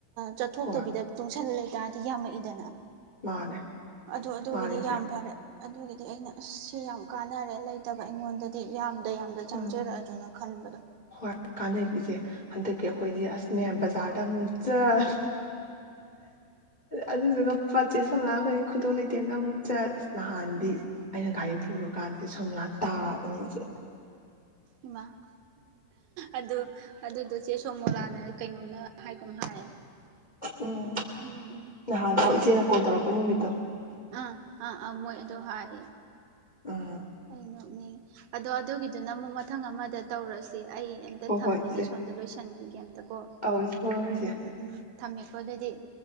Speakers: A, on the right (about 80°); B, on the left (about 65°).
A: ꯆꯠꯊꯣꯛꯇꯕꯤꯗ
B: ꯍꯣꯏ
A: ꯇꯨꯡꯁꯜꯂꯦ ꯌꯥꯝꯗꯤ ꯌꯥꯝꯃꯛꯏꯗꯅ
B: ꯃꯥꯅꯦ
A: ꯑꯗꯨ ꯑꯗꯨꯒꯤꯗꯤ
B: ꯃꯥꯅꯦ ꯏꯆꯦ
A: ꯌꯥꯝ ꯐꯔꯦ ꯑꯗꯨꯒꯤꯗꯤ ꯑꯩꯅ ꯑꯁ ꯁꯤ ꯌꯥꯝ ꯀꯥꯟꯅꯔꯦ ꯂꯩꯇꯕ ꯑꯩꯉꯣꯟꯗꯗꯤ ꯌꯥꯝ ꯗ ꯌꯥꯝꯗ ꯆꯪꯖꯔꯛ
B: ꯎꯝ
A: ꯑꯁꯨ ꯈꯟꯕꯗꯣ
B: ꯍꯣꯏ ꯀꯥꯟꯅꯩ ꯏꯆꯦ ꯍꯟꯗꯛꯀꯤ ꯑꯩꯈꯣꯏꯗꯤ ꯑꯁ ꯅꯦ ꯕꯖꯥꯔꯗ ꯑꯃꯨꯛ ꯆꯠ ꯑꯗꯨꯗꯨꯒ ꯃ ꯆꯦ ꯁꯣꯝꯃꯣꯂꯥ ꯑꯈꯣꯏ ꯈꯨꯗꯣꯜ ꯂꯩꯇꯦꯡꯗꯒ ꯑꯃꯨꯛ ꯆꯠ ꯅꯍꯥꯟꯗꯤ
A: ꯎꯝ
B: ꯑꯩꯅ ꯒꯥꯔꯤ ꯄꯨꯔꯀꯥꯟꯗ ꯁꯣꯝꯃꯣꯂꯥ ꯇꯥ ꯑꯗ ꯏꯆꯦ
A: ꯏꯃ ꯑꯗꯨ ꯑꯗꯨꯗ ꯆꯦ ꯁꯣꯃꯣꯂꯥꯅ ꯀꯩꯅꯣꯅ ꯍꯥꯏꯒꯨꯝ ꯍꯥꯏ
B: ꯎꯝ
A: ꯎꯝ ꯎꯝ
B: ꯅꯍꯥꯟ
A: ꯍꯣꯏ
B: ꯑꯣ ꯏꯆꯦꯅ
A: ꯍꯣꯏ
B: ꯀꯣꯜ ꯇꯧꯔꯛꯄ ꯅꯨꯃꯤꯠꯇꯣ
A: ꯑ ꯑ ꯑ ꯃꯣꯏꯗ ꯨꯍꯥꯏ
B: ꯎꯝ
A: ꯎꯍꯝ ꯎ ꯉꯥ ꯑꯗꯣ ꯑꯗꯨꯒꯤꯗꯨꯅ ꯑꯃꯨꯛ ꯃꯊꯪ ꯑꯃꯗ ꯇꯧꯔꯁꯤ ꯑꯩ ꯑꯝꯇ
B: ꯍꯣꯏ
A: ꯊꯝꯈꯤꯒꯦ
B: ꯍꯣꯏ ꯏꯆꯦ
A: ꯁꯣꯝꯗ ꯂꯣꯏꯁꯤꯟꯈꯤꯒꯦ ꯑꯝꯇ ꯀꯣ
B: ꯑꯧ ꯏꯆꯦ ꯍꯣꯏ ꯍꯣꯏ
A: ꯎꯝ ꯎꯝ ꯎꯝ ꯊꯝꯃꯦ ꯀꯣ ꯑꯗꯨꯗꯤ